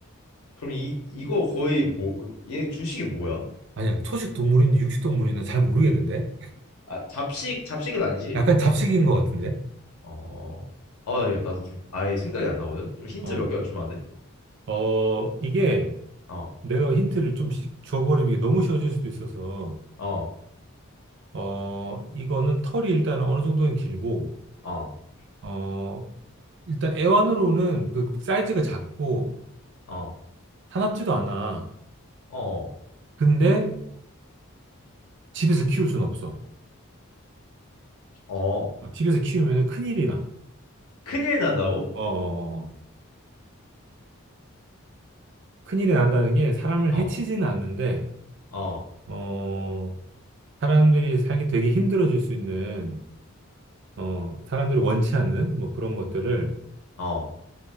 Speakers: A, on the left; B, on the right.
A: 그럼 이 이거 거의 뭐 얘 주식이 뭐야?
B: 아니야, 초식 동물인지 육식 동물인지 잘 모르겠는데?
A: 아 잡식 잡식은 아니지?
B: 약간 잡식인 것 같은데?
A: 어 아 야, 나도 좀 아예 생각이 안 나거든? 좀 힌트
B: 어,
A: 몇 개만 주면 안 돼?
B: 어, 이게
A: 어
B: 내가 힌트를 좀 시- 줘버리면 이게 너무 쉬워질 수도 있어서,
A: 어
B: 어, 이거는 털이 일단 어느 정도는 길고,
A: 어
B: 어, 일단 애완으로는 그 사이즈가 작고,
A: 어
B: 사납지도 않아.
A: 어
B: 근데 집에서 키울 수는 없어.
A: 어
B: 집에서 키우면 큰일이 나.
A: 큰일 난다고?
B: 어, 어, 어. 큰일이 난다는 게 사람을
A: 어
B: 해치지는 않는데,
A: 어
B: 어, 사람들이 살기 되게 힘들어질 수 있는, 어, 사람들이 원치 않는 뭐 그런 것들을
A: 어